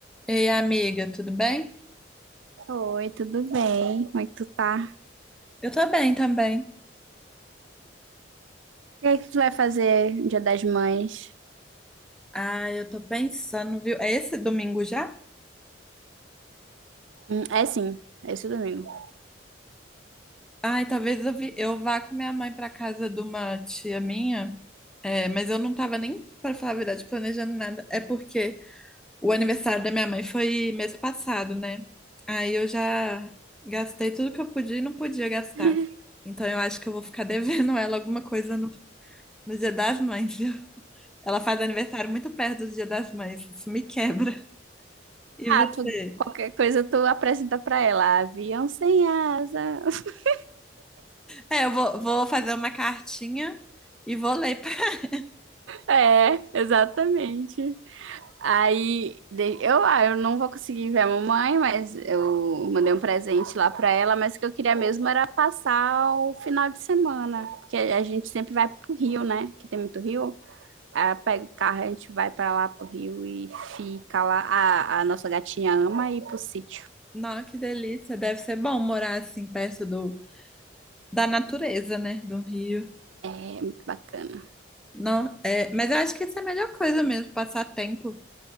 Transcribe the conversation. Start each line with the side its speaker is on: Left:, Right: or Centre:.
Centre: Ei, amiga, tudo bem?
Right: Oi, tudo bem? Como é que tu tá?
Centre: Eu tô bem também.
Right: O que é que tu vai fazer no Dia das Mães?
Centre: Ah, eu tô pensando, viu? É esse domingo já?
Right: Hum, é sim, é esse domingo.
Centre: Ai, talvez eu, vi- eu vá com minha mãe pra casa de uma tia minha. É, mas eu não tava nem, pra falar a verdade, planejando nada. É porque o aniversário da minha mãe foi mês passado, né? Aí eu já gastei tudo que eu podia e não podia gastar.
Right: <laughs>
Centre: Então eu acho que eu vou ficar <laughs> devendo ela alguma coisa no, no Dia das Mães, viu? Ela faz aniversário muito perto do Dia das Mães. Isso me quebra. E
Right: Ah,
Centre: você?
Right: tu, qualquer coisa tu apresenta pra ela. Avião sem asa. <laughs>
Centre: É, eu vou, vou fazer uma cartinha e vou ler pra... <laughs>
Right: É, exatamente. Aí de- eu, ah, eu não vou conseguir ver a mamãe, mas eu mandei um presente lá pra ela, mas o que eu queria mesmo era passar o final de semana, porque a gente sempre vai pro Rio, né? Que tem muito rio. Aí eu pego o carro, a gente vai pra lá pro Rio e fica lá. A, a nossa gatinha ama ir pro sítio.
Centre: Nossa, que delícia. Deve ser bom morar assim perto do, da natureza, né? Do rio.
Right: É muito bacana.
Centre: Não, é, mas eu acho que isso é a melhor coisa mesmo, passar tempo.